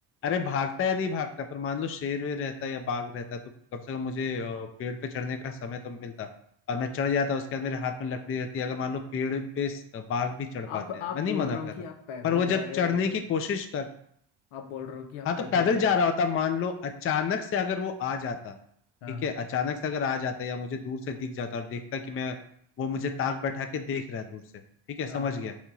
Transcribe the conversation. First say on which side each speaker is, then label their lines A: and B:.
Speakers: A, on the left; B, on the left.
A: अरे भागता या नहीं भागता पर मान लो शेर वेर रहता या बाघ रहता तो कम से कम मुझे अ, पेड़ पे चढ़ने का समय तो मिलता और मैं चढ़ जाता उसके बाद मेरे हाथ में लकड़ी रहती अगर मान लो पेड़ पे स- बाघ भी चढ़ पाते
B: आप
A: हैं
B: आप
A: मैं नहीं
B: बोल
A: मना
B: रहे
A: कर
B: हो कि
A: रहा
B: आप पैदल
A: पर वो
B: जा
A: जब
B: रहे
A: चढ़ने
B: होते
A: की कोशिश कर
B: आप बोल रहे हो कि आप
A: हाँ
B: पैदल
A: तो पैदल
B: चल
A: जा रहा होता मान लो अचानक से अगर वो आ जाता
B: हाँ
A: ठीक है अचानक से अगर आ जाता या मुझे दूर से दिख जाता और देखता कि मैं वो मुझे ताक बैठा के देख रहा है दूर से ठीक है समझ
B: हाँ
A: गया